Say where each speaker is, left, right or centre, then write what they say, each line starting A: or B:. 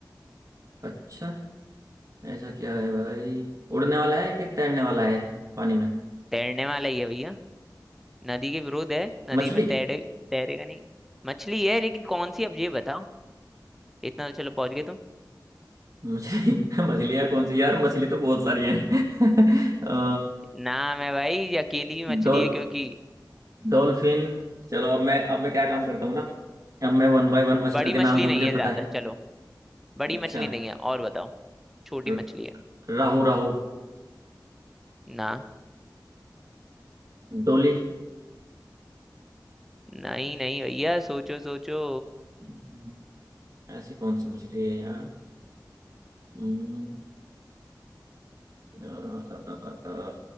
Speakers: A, on the right (about 45°); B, in the centre.
A: अच्छा ऐसा क्या है भाई उड़ने वाला है कि तैरने वाला है पानी में
B: तैरने वाला ही है भैया नदी के विरोध है नदी
A: मछली
B: में तैरे तैरेगा नहीं मछली है लेकिन कौन सी अब ये बताओ इतना तो चलो पहुंच गए तुम
A: मछली <laughs> मछलियाँ कौन सी यार मछली तो बहुत सारी हैं <laughs> अ,
B: नाम है भाई ये अकेली ही मछली
A: डॉल
B: है क्योंकि
A: डॉल्फिन चलो अब मैं अब मैं क्या काम करता हूँ ना अब मैं वन बाय वन मछलियों
B: बड़ी
A: के
B: मछली
A: नाम जो
B: नहीं
A: मुझे
B: है ज्यादा
A: पता है
B: चलो बड़ी
A: अच्छा
B: मछली नहीं है और बताओ छोटी
A: र-
B: मछली है
A: राहु राहु
B: ना
A: डोली
B: नहीं नहीं भैया सोचो सोचो
A: हम्म, ऐसी कौन सी मछली है यार हम्म, अ, अ, अ, अ,